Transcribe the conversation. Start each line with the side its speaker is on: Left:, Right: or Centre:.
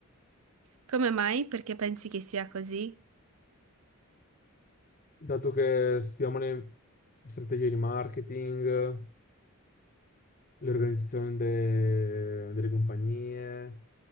Right: Come mai? Perché pensi che sia così?
Left: dato che studiamo le strategie di marketing, le organizzazioni de- delle compagnie,